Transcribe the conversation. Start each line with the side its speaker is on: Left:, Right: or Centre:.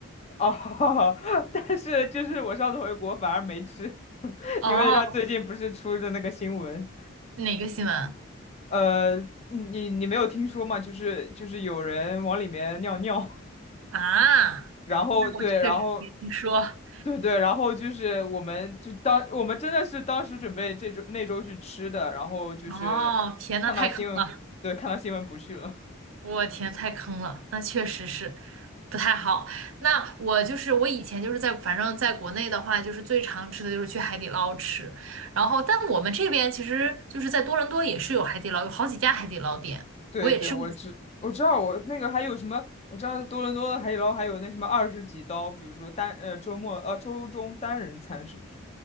Left: 哦，<laughs> 但是就是我上次回国反而没吃，<laughs>
Right: 哦，
Left: 因为他最近不是出的那个新闻。
Right: 哪个新闻
Left: 呃，你你你没有听说吗？就是就是有人往里面尿尿，
Right: 啊？
Left: <laughs> 然后对，
Right: 那我确实没听说。
Left: 然后对对，然后就是我们就当我们真的是当时准备这周那周去吃的，然后就是
Right: 哦，天呐，
Left: 看到新闻，
Right: 太坑了。
Left: 对，看到新闻不去了。
Right: 我天，太坑了，那确实是不太好。那我就是我以前就是在，反正在国内的话，就是最常吃的就是去海底捞吃。然后，但我们这边其实就是在多伦多也是有海底捞，有好几家海底捞店，
Left: <laughs> 对对，
Right: 我也吃过。
Left: 我知我知道我那个还有什么，我知道多伦多的海底捞还有那什么二十几刀，比如说单呃周末呃周中单人餐是不是？